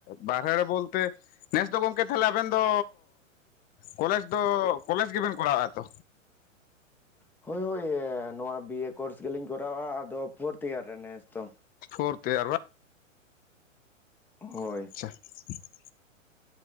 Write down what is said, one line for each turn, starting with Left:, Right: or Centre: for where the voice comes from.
Left: ᱵᱟᱨᱦᱮ ᱨᱮ ᱵᱚᱞᱛᱮ ᱱᱮᱥ ᱫᱚ ᱜᱚᱢᱠᱮ ᱛᱟᱦᱞᱮ ᱟᱵᱮᱱ ᱫᱚ ᱠᱚᱞᱮᱡᱽ ᱫᱚ ᱠᱚᱞᱮᱡᱽ ᱜᱮᱵᱮᱱ ᱠᱚᱨᱟᱜᱼᱟ ᱛᱚ?
Centre: ᱦᱳᱭ ᱦᱳᱭ ᱱᱚᱣᱟ ᱵᱤᱭᱮ ᱠᱳᱨᱥ ᱜᱮᱞᱤᱧ ᱠᱚᱨᱟᱣᱟ, ᱟᱫᱚ ᱯᱷᱳᱨᱛᱷ ᱤᱭᱟᱨ ᱨᱮ ᱱᱮᱥ ᱛᱚ ᱾
Left: ᱯᱷᱳᱨᱰ ᱤᱭᱟᱨ
Centre: ᱦᱳᱭ
Left: ᱟᱪᱪᱷᱟ ᱾